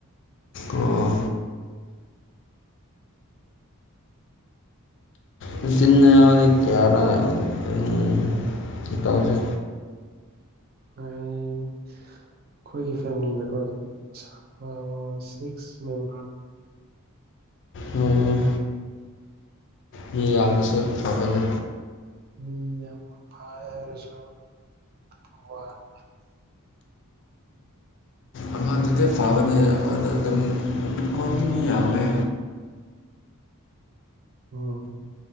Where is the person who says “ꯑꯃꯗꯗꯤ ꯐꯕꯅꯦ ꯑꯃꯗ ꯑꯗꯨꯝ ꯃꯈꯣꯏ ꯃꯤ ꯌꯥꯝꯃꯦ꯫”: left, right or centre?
Left